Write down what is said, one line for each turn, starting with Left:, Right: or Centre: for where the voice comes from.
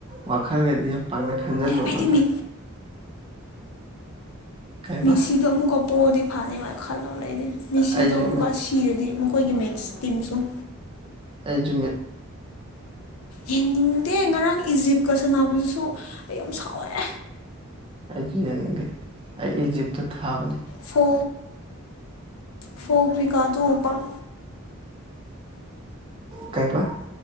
Right: ꯋꯥꯈꯜꯒꯗꯤ ꯌꯥꯝ ꯄꯥꯡꯅ ꯈꯟꯖꯜꯂꯨꯅꯣꯗ
Left: ꯑꯩꯗꯤ ꯃꯤ
Right: ꯀꯩꯕ
Left: ꯃꯤꯁꯤꯗꯣ ꯑꯃꯨꯛꯀ ꯄꯣꯔꯗꯤ ꯐꯅꯤꯃꯥꯏ ꯈꯜꯂꯒ ꯑꯩꯗꯤ ꯃꯤꯁꯤꯗꯣ
Right: ꯑꯩꯁꯨ
Left: ꯑꯃꯨꯛꯀ ꯁꯤꯔꯗꯤ ꯃꯈꯣꯏꯒꯤ ꯃꯦꯠꯁ ꯇꯤꯝ ꯁꯨꯝ
Right: ꯑꯩ ꯖꯨ ꯃꯦ
Left: ꯌꯦꯡꯅꯤꯡꯗꯦ ꯉꯔꯥꯡ ꯏꯖꯤꯞꯀ ꯁꯥꯟꯅꯕꯗꯨꯁꯨ ꯑꯩ ꯌꯥꯝ ꯁꯥꯎꯋꯦ
Right: ꯑꯩꯖꯨ ꯌꯦꯅꯤꯡꯗꯦ ꯑꯩ ꯏꯖꯤꯞꯇ ꯊꯥꯕꯅꯤ
Left: ꯐꯣ ꯐꯣ ꯀꯩꯀꯥꯗꯣ ꯄꯥꯛ
Right: ꯀꯩꯕ